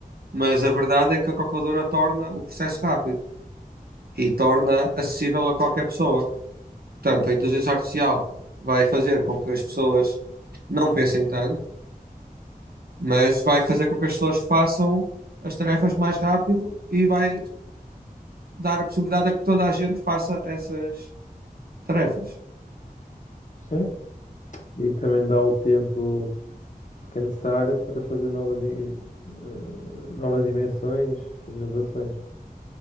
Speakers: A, on the right; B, on the left.
A: Mas a verdade é que a calculadora torna o processo rápido e torna acessível a qualquer pessoa. Portanto, a inteligência artificial vai fazer com que as pessoas não pensem tanto, mas vai fazer com que as pessoas façam as tarefas mais rápido e vai dar a possibilidade a que toda a gente faça essas tarefas.
B: Sim. E também dá o tempo que é necessário para fazer novas, in- eh, novas invenções, e inovações.